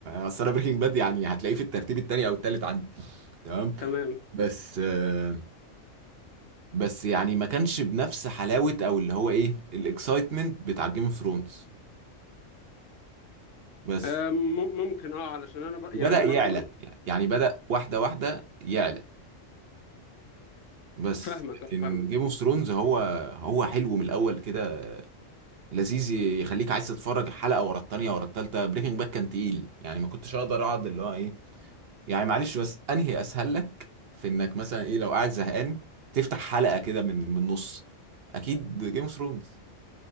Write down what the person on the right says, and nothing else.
اصل انا بريكنج باد يعني هتلاقيه في الترتيب التاني او التالت عندي تمام
بس آه، بس يعني ما كانش بنفس حلاوة او اللي هو ايه الاكسايتمنت بتاع جيم اوف ثرونز بس
وبدأ
يعلى
يعني يعني بدأ واحدة واحدة يعلى بس
لكن
جيم اوف ثرونز هو هو حلو من الاول كده لذيذ يخليك عايز تتفرج حلقه ورا التانيه ورا التالته بريكنج باك كان تقيل يعني ما كنتش اقدر اقعد اللي هو ايه يعني معلش بس انهي اسهل لك في انك مثلا ايه لو قاعد زهقان تفتح حلقه كده من من النص اكيد جيم اوف ثرونز